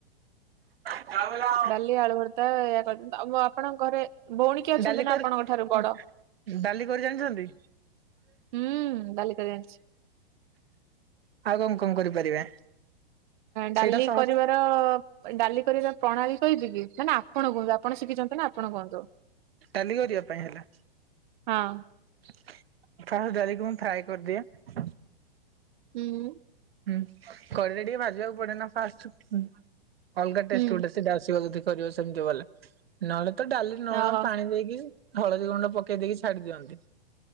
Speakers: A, on the right; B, on the right.
A: ହେଲା
B: ଡାଲି ଆଳୁ ଭର୍ତ୍ତା ଏଇଆ କରିଦେମି ତ ଆପଣଙ୍କ ଘରେ ଭଉଣୀ କିଏ ଅଛନ୍ତି
A: ଡାଲି
B: ନା
A: କରି
B: ଆପଣଙ୍କ ଠାରୁ ବଡ?
A: ଡାଲି କରି ଜାଣିଛନ୍ତି
B: ହୁଁ ଡାଲି କରି ଜାଣିଛି।
A: ଆଉ କଣ କଣ କରିପାରିବେ?
B: ଡାଲି
A: ସେଇଟା ସହଜ
B: କରିବାର ଡାଲି କରିବାର ପ୍ରଣାଳୀ କହିବି କି ନା ନା ଆପଣ କୁହନ୍ତୁ ଆପଣ ଶିଖିଛନ୍ତି ନା ଆପଣ କୁହନ୍ତୁ।
A: ଡାଲି କରିବା ପାଇଁ ହେଲା
B: ହଁ।
A: ଫାଷ୍ଟ୍ ଡାଲି କୁ ମୁଁ ଫ୍ରାଏ କରିଦିଏ
B: ହୁଁ।
A: ହୁଁ କଢେଇରେ ଟିକେ ଭାଜିବାକୁ ପଡେନା ଫାଷ୍ଟ୍। ଅଲଗା ଟେଷ୍ଟ୍
B: ହୁଁ
A: ଗୋଟେ ସେଇଟା ଆସିବ ଡାଲି। କରିବ ସେମିତି ବୋଲେ ନ ହେଲେ ତ ଡାଲି ଲୁଣ
B: ଓହୋ
A: ପାଣି ଦେଇକି ହଳଦୀ ଗୁଣ୍ଡ ପକେଇ ଦେଇକି ଛାଡି ଦିଅନ୍ତି।